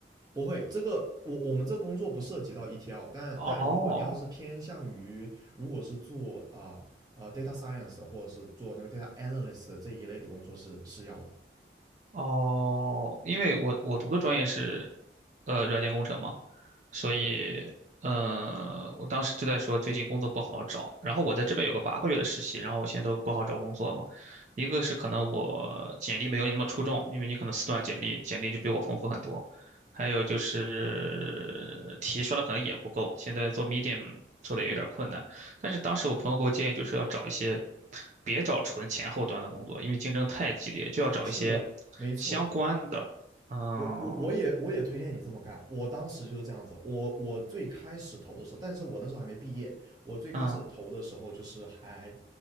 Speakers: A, on the right; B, on the right.
A: 不会，这个我我们这工作不涉及到 ETL，但但如果你要是偏向于如果是做啊啊、
B: 哦
A: 呃 data science 或者是做那个 data analyst 这一类的工作是是要的。
B: 哦，因为我我读的专业是，呃，软件工程嘛，所以，
A: 对，
B: 呃，我当时就在说最近工作不好找，然后我在这边有个八个月的实习，然后我现在都不好找工作嘛，一个是可能我简历没有你那么出众，因为你可能四段简历，简历就比我丰富很多，还有就是题刷的可能也不够，现在做 Medium 做的也有点困难。但是当时我朋友给我建议，就是要找一些，别找纯前后端的工作，因为竞争太激烈，就要找一些
A: 是的，没错。
B: 相关的。嗯
A: 我我我也我也推荐你这么干。我当时就是这样子，我我最开始投的时候，但是我那时候还没毕业，我最开始投的时候就是还，
B: 嗯